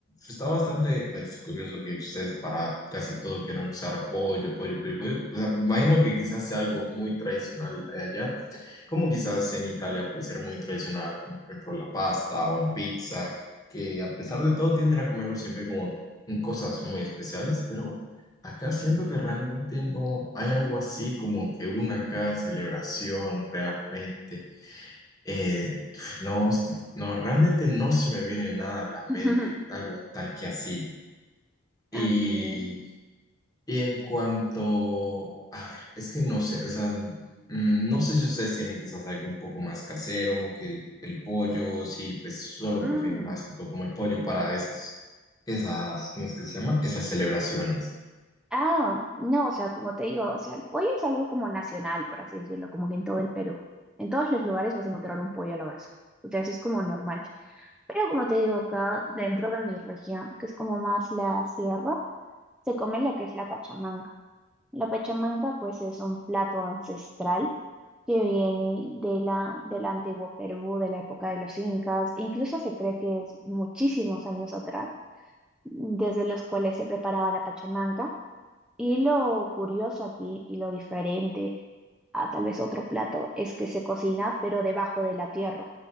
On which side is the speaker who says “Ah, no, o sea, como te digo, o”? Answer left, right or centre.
Centre